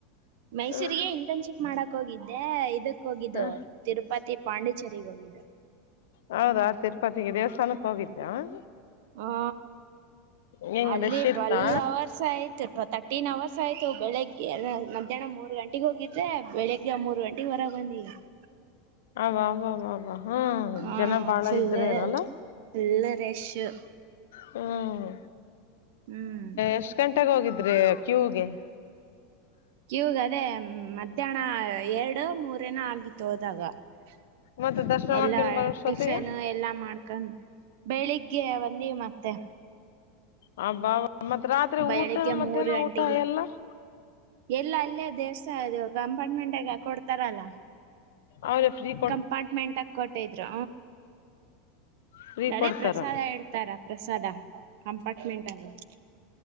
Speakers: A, on the right; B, on the left.
A: ಮೈಸೂರಿಗೆ
B: ಹ್ಮ್
A: ಇಂಟರ್ನ್ಶಿಪ್ ಮಾಡಕ್ ಹೋಗಿದ್ದೆ ಇದಕ್ ಹೋಗಿದ್ದು
B: ಹ್ಮ್
A: ತಿರುಪತಿ ಪಾಂಡಿಚೆರಿಗ್ ಹೋಗಿದ್ದು
B: ಹೌದಾ ತಿರುಪತಿಗೆ ದೇವಸ್ಥಾನಕ್ಕೆ ಹೋಗಿದಿಯಾ? <inaudible>
A: ಹಾ
B: ಹೆಂಗ್
A: ಅಲ್ಲಿ
B: ರಶ್ ಇತ್ತಾ
A: ಟ್ವೆಲ್ವ್ ಅವರ್ಸ್ ಆಯ್ತುತ ಗೋತಾ? <inaudible> ಪಿಫ್ಟೀನ್ ಅವರ್ಸ್ ಆಯ್ತು ಬೆಳಿಗ್ಗೆ ಮಧ್ಯಾಹ್ನ ಮೂರು ಗಂಟೆಗೆಗ ಹೋಗಿದೇ ಬೆಳಿಗ್ಗೆ ಮೂರು ಗಂಟೆಗೆ ಹೊರಗೆ ಬಂದಿವಿ. <inaudible>
B: ಅವಾ ಅವ್ವ ಹ
A: ಹಾ
B: ಜನ ಬಾಳ
A: ಫುಲ್
B: ಇದ್ರೆ ಏನ್ ಅಲ್ಲ. <inaudible>
A: ಫುಲ್ ರೇಶೂ? <inaudible>
B: ಹೂ <inaudible>
A: ಹು <inaudible>
B: ಎಷ್ಟ್ ಗಂಟೆೆಗೆ ಹೋಗಿದ್ರಿ ಕ್ಯೂಗೆ. <inaudible>
A: ಕ್ಯೂಗ ಅದೇ ಮಧ್ಯಾಹ್ನ ಎರಡು ಮೂರ ಏನ್ ಆಗಿತ್ತ ಹೋದಾಗ? <inaudible>
B: ಮತ್ತೆ ದರ್ಶನ
A: ಎಲ್ಲಾ
B: ಮಾಡ್ಕೊಂಡ್ ಬರೋಷ್ಟೊತ್ತಿಗೆ
A: ಟಿಫನ್ ಎಲ್ಲಾ ಮಾಡ್ಕೊಂಡ. <inaudible> ಬೆಳಿಗ್ಗೆ ಬಂದೀವಿ ಮತ್ತೆ. <inaudible>
B: ಹಬ್ಬಾ ಅವ್ವ ಮತ್ತ ರಾತ್ರಿ
A: ಬೆಳಿಗ್ಗೆ
B: ಊಟ ಮಧ್ಯಾಹ್ನ
A: ಮೂರ್ ಗಂಟೆಗೆ
B: ಊಟ ಎಲ್ಲಾ? <inaudible>
A: ಎಲ್ಲ ಅಲ್ಲೇ ದೇವಸ್ಥ ಅದು ಕಂಪಾರ್ಟ್ಮೆಂಟ್ಗ ಹಾಕಿ ಕೊಡ್ತಾರಲ್ಲಾ? <inaudible>
B: ಅವರ ಫ್ರೀ? <inaudible>
A: ಕಂಪಾರ್ಟ್ಮೆಂಟ್ ದಾಗಾ ಕೊಟ್ಟಿದ್ರು
B: ಫ್ರೀ
A: ಅದೇ
B: ಕೊಡ್ತಾರ
A: ಪ್ರಸಾದ ಹೇಳ <inaudible> ತಾರ ಪ್ರಸಾದ ಕಂಪಾರ್ಟ್ಮೆಂಟ್ ಅಗ <inaudible>